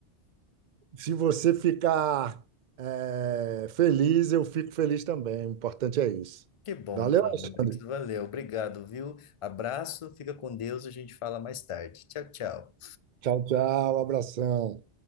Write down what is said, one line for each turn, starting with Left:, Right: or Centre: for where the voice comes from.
Right: se você ficar é, feliz, eu fico feliz também. O importante é isso.
Left: Que bom,
Right: Valeu,
Left: então,
Right: Alexandre.
Left: Alex. Valeu, obrigado, viu? Abraço, fica com Deus, a gente fala mais tarde. Tchau, tchau.
Right: Tchau, tchau. Abração.